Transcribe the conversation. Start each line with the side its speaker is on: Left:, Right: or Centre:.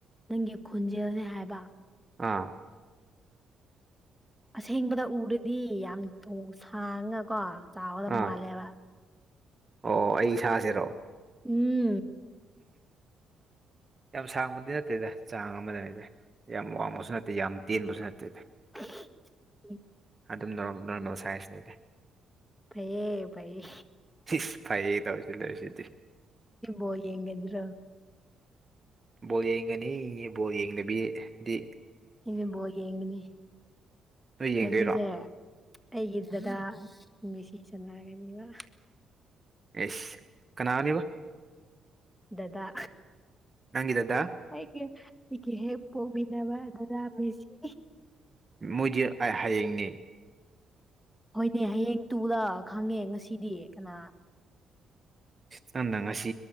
Centre: ꯅꯪꯒꯤ ꯈꯣꯟꯖꯦꯜꯅꯤ ꯍꯥꯏꯕ
Right: ꯑꯥ
Centre: ꯑꯁꯦꯡꯕꯗ ꯎꯔꯗꯤ ꯌꯥꯝ ꯁꯥꯡꯉ ꯀꯣ ꯆꯥꯎꯒꯗꯕ
Right: ꯑꯥ
Centre: ꯃꯥꯜꯂꯦꯕ
Right: ꯑꯣ ꯑꯩ ꯏꯁꯁꯤꯔꯣ
Centre: ꯎꯝ
Right: ꯌꯥꯝ ꯁꯥꯡꯕꯗꯤ ꯅꯠꯇꯦꯗ ꯆꯥꯡ ꯑꯃꯗ ꯅꯦꯗ ꯌꯥꯝ ꯋꯥꯡꯕꯁꯨ ꯅꯠꯇꯦ ꯌꯥꯝ ꯇꯦꯟꯕꯁꯨ ꯅꯠꯇꯦ
Centre: ꯎꯝ
Right: ꯑꯗꯨꯝ ꯅꯣꯔꯃꯦꯜ ꯁꯥꯏꯖꯅꯤꯗꯤ
Centre: ꯐꯩꯌꯦ ꯐꯩꯌꯦ
Right: ꯏꯁ ꯐꯩꯌꯦ ꯇꯧꯔꯤꯁꯤ ꯂꯩꯔꯤꯁꯤꯗꯤ
Centre: ꯕꯣꯜ ꯌꯦꯡꯒꯗ꯭ꯔꯣ
Right: ꯕꯣꯜꯌꯦꯡꯒꯅꯤ ꯕꯣꯜꯌꯦꯡꯗꯕꯤꯗꯤ
Centre: ꯏꯗꯣ ꯕꯣꯜꯌꯦꯉꯅꯤ
Right: ꯅꯣꯏ ꯌꯦꯡꯗꯣꯏꯔꯣ
Centre: ꯉꯁꯤꯁꯦ ꯑꯩꯒꯤ ꯗꯥꯗꯥ ꯉꯁꯤ ꯁꯥꯟꯅꯥꯒꯅꯤꯕ
Right: ꯌꯦꯁ ꯀꯅꯥꯅꯦꯕ
Centre: ꯗꯗꯥ
Right: ꯅꯪꯒꯤ ꯗꯗꯥ
Centre: ꯑꯩꯒꯤ ꯑꯩꯒꯤ ꯍꯦꯛ ꯄꯣꯛꯃꯤꯟꯅꯕ ꯗꯗꯥ ꯃꯤꯁꯤ
Right: ꯃꯣꯏꯗꯤ ꯍꯌꯦꯡꯅꯤ
Centre: ꯍꯣꯏꯅꯦ ꯍꯌꯦꯡ ꯇꯨꯗ ꯈꯪꯉꯦ ꯉꯁꯤꯗꯤ ꯀꯅꯥ
Right: ꯅꯪꯗ ꯉꯁꯤ